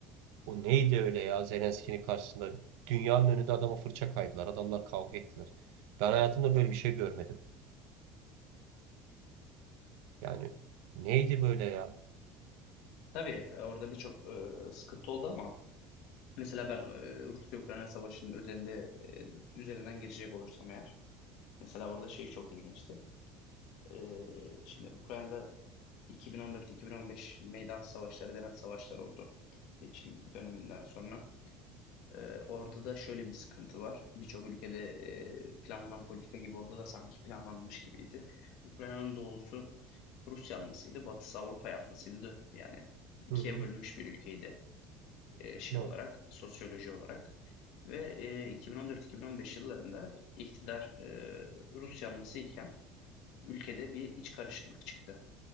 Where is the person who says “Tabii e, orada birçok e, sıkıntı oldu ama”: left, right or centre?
Left